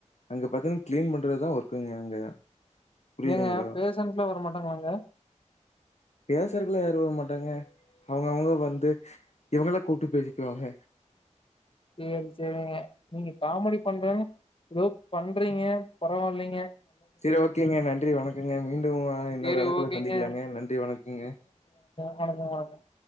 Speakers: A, on the left (about 60°); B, on the left (about 45°).
A: அங்க பாத்திங்னா கிளீன் பண்றதுதா ஒர்க்குங்க அங்க புரியுதுங்களா
B: எங்க பேசன்ட்ல வ ர மாட்டாங்ளாங்க
A: பேஷன்ட்லா யாரு வர மாட்டாங்க அவங்க அவங்க வந்து இவங்கலா கூப்டு பேசிக்குவாங்க
B: சேரி சேரிங்க நீங்க காமெடி பண்ற ஏதோ பண்றிங்க பரவாலைங்க
A: செரி ஓகேங்க நன்றி வணக்கங்க மீண்டும் இன்னொரு
B: சேரி
A: அழைப்புல
B: ஓகேங்க
A: சந்திக்கலாங்க நன்றி வணக்கங்க
B: வணக்கங் வணக்கங்